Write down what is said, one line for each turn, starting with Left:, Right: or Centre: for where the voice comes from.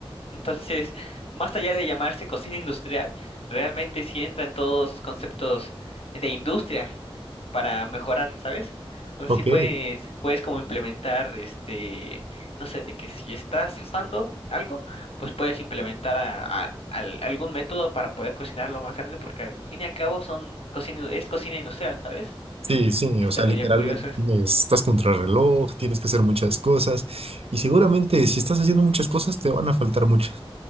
Left: Entonces, <laughs> más allá de llamarse cocina industrial, realmente sí entran todos conceptos de industria para mejorar, ¿sabes? O sea,
Right: Ok.
Left: sí puedes, puedes como implementar este no sé, de que si estás asando algo, pues puedes implementar a- a- al- algún método para poder cocinarlo más grande, porque al fin y al cabo son cocina, es cocina industrial, ¿sabes?
Right: Sí, sí,
Left: Sí
Right: o
Left: Está
Right: sea,
Left: medio
Right: literalmente
Left: curioso esto.
Right: tienes, estás contra el reloj, tienes que hacer muchas cosas y seguramente si estás haciendo muchas cosas te van a faltar muchas,